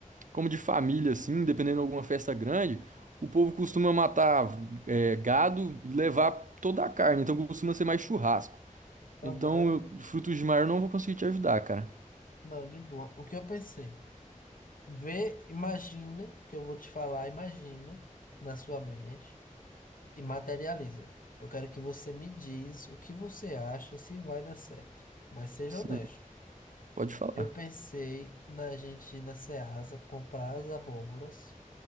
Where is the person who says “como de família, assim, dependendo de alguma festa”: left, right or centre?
Right